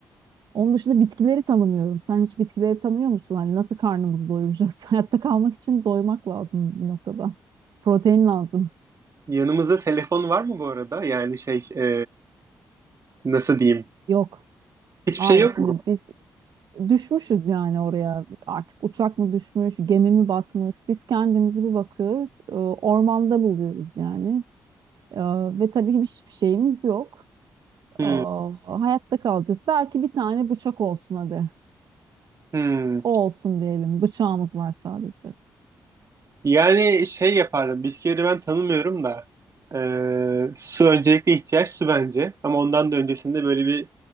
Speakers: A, on the right; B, on the right.
A: onun dışında bitkileri tanımıyorum. Sen hiç bitkileri tanıyor musun? Hani nasıl karnımızı doyuracağız? <laughs> Hayatta kalmak için doymak lazım bir noktada. Protein lazım.
B: yanımızda telefon var mı bu arada? Yani şey, e, nasıl diyeyim?
A: Yok.
B: Hiçbir
A: Hayır,
B: şey yok
A: şimdi
B: mu?
A: biz düşmüşüz yani oraya. Artık uçak mı düşmüş, gemi mi batmış? Biz kendimizi bir bakıyoruz, e, ormanda buluyoruz yani. E, Ve tabii hiçbir şeyimiz yok.
B: Hmm,
A: E, Hayatta kalacağız. Belki bir tane bıçak olsun hadi.
B: hmm.
A: O olsun diyelim. Bıçağımız var sadece.
B: Yani şey yapardım. Bisküvileri ben tanımıyorum da. eee, su öncelikle ihtiyaç su bence. Ama ondan da öncesinde böyle bir